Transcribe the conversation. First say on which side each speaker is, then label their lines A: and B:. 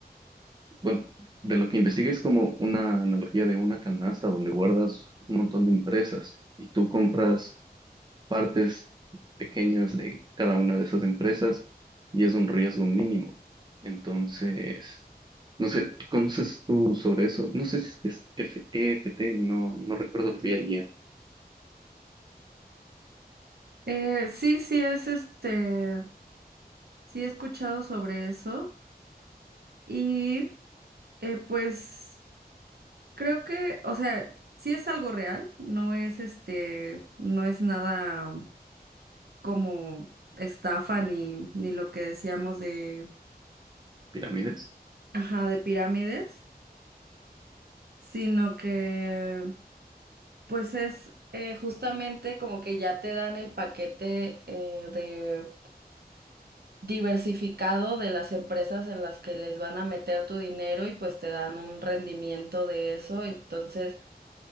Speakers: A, on the right; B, on the right.
A: bueno, de lo que investigué es como una analogía de una canasta donde guardas un montón de empresas y tú compras partes pequeñas de cada una de esas empresas y es un riesgo mínimo. Entonces, no sé, ¿tú ¿conoces tú sobre eso? No sé si es que es F- EFT, no, no recuerdo, lo vi ayer.
B: Eh, sí, sí, es este. Sí, he escuchado sobre eso y eh, pues creo que, o sea, sí es algo real, no es este, no es nada como estafa ni, ni lo que decíamos de,
A: ¿Pirámides?
B: ajá, de pirámides, sino que pues es eh, justamente como que ya te dan el paquete eh, de diversificado de las empresas en las que les van a meter tu dinero y pues te dan un rendimiento de eso, entonces